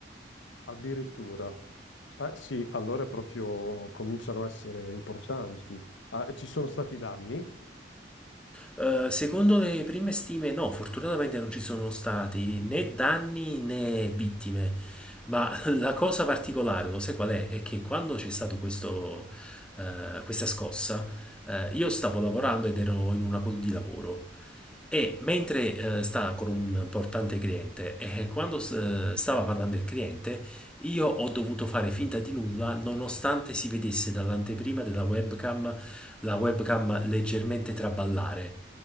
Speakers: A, on the left; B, in the centre.
A: addirittura, eh, sì, allora proprio cominciano a essere importanti. Ah, ci sono stati danni,
B: Eh, secondo le prime stime, no, fortunatamente non ci sono stati né danni né vittime, ma <laughs> la cosa particolare, lo sai qual è? È che quando c'è stato questo, eh, questa scossa, eh, io stavo lavorando ed ero in una call di lavoro. E mentre eh, stava con un importante cliente e quando eh, stava parlando il cliente, io ho dovuto fare finta di nulla nonostante si vedesse dall'anteprima della webcam la webcam leggermente traballare.